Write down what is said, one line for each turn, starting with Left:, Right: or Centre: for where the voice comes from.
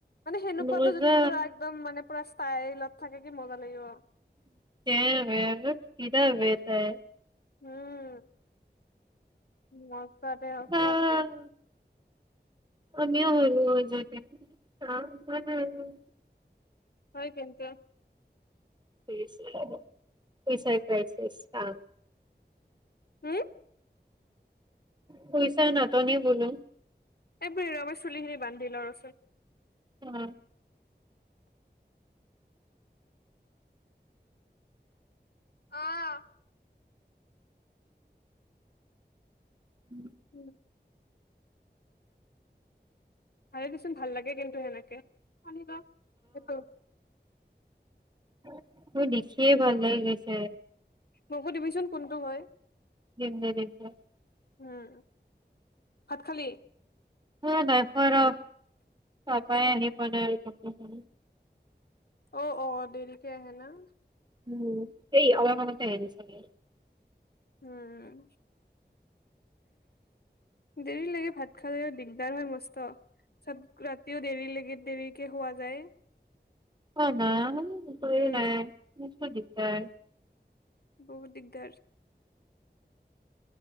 Left: মানে সেনেকুৱাতটো
Right: মজা
Left: যদি পুৰা একদম মানে পুৰা তাইৰ লগত থাকে কি মজা লাগিব।
Right: <unintelligible>
Left: উম উ মছা দে আছা
Right: আহ আমিও যদি <unintelligible>
Left: হয় কিন্তু
Right: <unintelligible> <unintelligible>
Left: হম
Right: পইচা নাটনি বোলো।
Left: এক মিনিট ৰবা, চুলিখিনি বান্ধি লওঁ ৰচোন।
Right: উম।
Left: অ'।
Right: <unintelligible>
Left: <unintelligible> ভালে দেচোন, ভাল লাগে কিন্তু সেনেকে <unintelligible> সেইটো
Right: <unintelligible> কি ভাল লাগি গৈছে
Left: মোকো দিবিচোন, কোনটো হয়
Right: <unintelligible>
Left: উম, ভাত খালি?
Right: উ, নাই <unintelligible> বনাই থাকোঁ
Left: অ', অ', দেৰিকে আহে না?
Right: উম, এই অলপ আগতে আহি গৈছেহি
Left: উম! দেৰি লাগে, ভাত খালে দিগদাৰ হয় মস্ত। চব ৰাতিও দেৰি লাগে দেৰিকে সুৱা যায়।
Right: অ! নাই একোয়ে
Left: উম
Right: নাই। বৰ দিগদাৰ।
Left: বহুত দিগদাৰ।